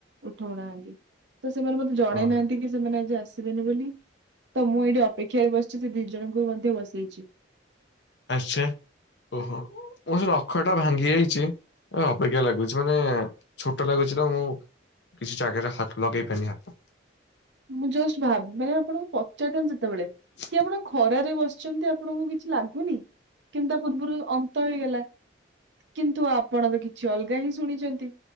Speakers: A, on the right; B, on the left.
A: ଉଠଉନାହାନ୍ତି ତ ସେମାନେ ମତେ ଜଣେଇ
B: ଓହ
A: ନାହାନ୍ତି ଏତିିକି ସେମାନେ ଆଜି ଆସିବେନି ବୋଲି ତ ମୁଁ ଏଇଠି ଅପେକ୍ଷାରେ ବସିଛି ସେ ଦି ଜଣଙ୍କୁ ମଧ୍ୟ ବସେଇଛି।
B: ଆଚ୍ଛା ଓହୋ ମୁଁ ସେ ରଖ ଟା ଭାଙ୍ଗି ଯାଇଛି। ଏ ଅପେକ୍ଷା ଲାଗୁଛି ମାନେ ଛୋଟ ଲାଗୁଛି ନା ମୁଁ କିଛି ଜାଗାରେ ହତ ଲଗେଇ ପାରିନି ହାତ।
A: ମୁଁ ଜଷ୍ଟ ଭାବ ମାନେ ପଚାରି ଥାନ୍ତି ସେତେବେଳେ
B: ହଁ
A: କି ଆପଣ ଖରାରେ ବସିଛନ୍ତି ଆପଣଙ୍କୁ କିଛି ଲାଗୁନି? କିନ୍ତୁ ପୂର୍ବରୁ ଅନ୍ତ ହେଇଗଲା। କିନ୍ତୁ ଆପଣ ତ କିଛି ଅଲଗା ହିଁ ଶୁଣିଛନ୍ତି